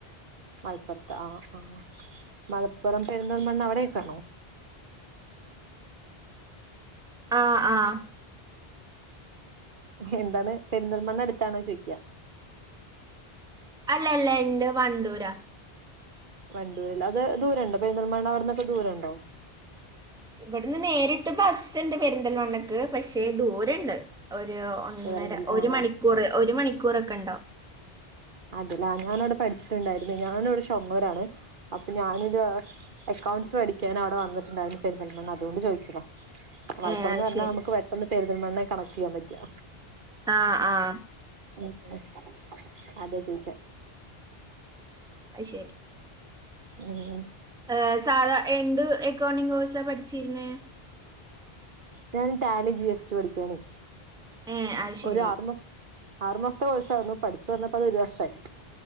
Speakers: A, on the right (about 55°); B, in the centre.
A: മലപ്പുറത്ത് ആഹ് ആഹ് മലപ്പുറം പെരുന്തൽമണ്ണ അവിടെയെക്കയാണോ.
B: ആഹ് ആഹ്
A: എന്താണ്. പെരിന്തൽമണ്ണ അടുത്താണോ ചോദിക്ക്യാ
B: അല്ല അല്ല എന്റെ വണ്ടൂരാ
A: വണ്ടൂരിൽ. അത് ദൂരെണ്ടോ പെരുന്തൽമണ്ണ അവിടന്നൊക്കെ ദൂരെണ്ടോ
B: ഇവിടുന്ന് നേരിട്ട് ബസ്സിണ്ട് പെരിന്തൽമണ്ണക്ക് പക്ഷെ ദൂരെണ്ട് ഒര് ഒന്നര
A: ദൂരണ്ടല്ലേ
B: ഒരു
A: ആ
B: മണിക്കൂർ ഒരു മണിക്കൂറക്കെ എണ്ടാവും.
A: അതെല്ല ഞാനവിടെ പഠിച്ചിട്ടുണ്ടായിരുന്നു ഞാനിവിടെ ഷൊർണ്ണൂരാണ് അപ്പൊ ഞാനിത് അക്കൗണ്ട്സ് പഠിക്കാൻ അവിടെ വന്നിട്ടിണ്ടായിരുന്നു പെരുന്തൽമണ്ണ അതുകൊണ്ട് ചോദിച്ചതാ മലപ്പുറംന്ന്
B: ഏഹ് അത്
A: പറഞ്ഞാ
B: ശരി
A: നമുക്ക് പെട്ടന്ന് പെരുന്തൽമണ്ണയെ കണക്ട് ചെയ്യാൻ പറ്റാ.
B: ആഹ് ആഹ്
A: ഉ അതെ ചോദിച്ചെ
B: അത് ശരി
A: ഉം
B: ഏഹ് സാധാ എന്ത് അക്കൗണ്ടിങ് കോഴ്സാ പഠിച്ചിരുന്നേ
A: ഞാൻ ടാലി ജി എസ് ടി പഠിക്കാനെ
B: ഏഹ് അത് ശരി
A: ഒരാറുമാ ആറുമാസത്തെ കോഴ്സായിരുന്നു പഠിച്ചു വന്നപ്പോ അത് ഒരു വർഷമായി